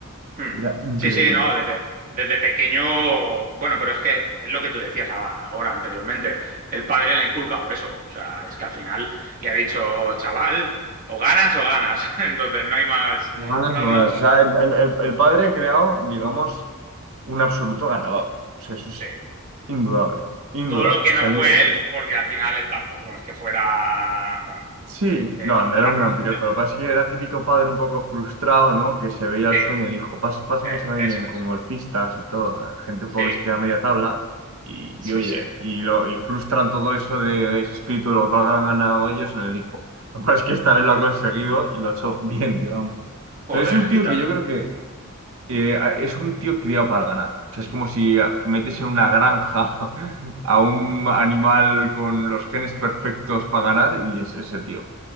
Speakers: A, on the right (about 40°); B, on the right (about 65°).
A: Hmm.
B: era increíble.
A: Sí, sí, no, desde, desde pequeño, bueno, pero es que es lo que tú decías a- ahora anteriormente, el padre le ha inculcado eso, o sea, es que al final le ha dicho, chaval, o ganas o ganas, <laughs> entonces no hay más,
B: Manos
A: no,
B: robadas.
A: no,
B: O sea, el, el- el- el padre ha creado, digamos, un absoluto ganador. O sea, eso es
A: sí.
B: indudable, indudable.
A: Todo lo que
B: O
A: no
B: sea,
A: fue
B: el-
A: él, porque al final él tampoco es que fuera
B: sí,
A: el-
B: no, no
A: la
B: era un
A: re
B: gran
A: hostia.
B: piloto. Lo que pasa es que era típico padre un poco frustrado, ¿no? Que se veía el
A: Sí,
B: sueño del hijo. Pasa, pasa
A: eh,
B: mucho también
A: eso
B: en- con
A: es.
B: golfistas y todo. Gente un
A: Sí,
B: poco que se queda a media tabla. Y,
A: sí,
B: y oye,
A: sí.
B: y, lo, y frustran todo eso de, ese espíritu de lo que han ganado ellos en el hijo. Lo que pasa es que esta vez lo ha conseguido y lo ha hecho bien, digamos. O
A: Joder,
B: sea, es un tío
A: y tal.
B: que yo creo que eh, a- es un tío criado para ganar. O sea, es como si a- metes en una granja <laughs> a un animal con los genes perfectos para ganar y es ese tío.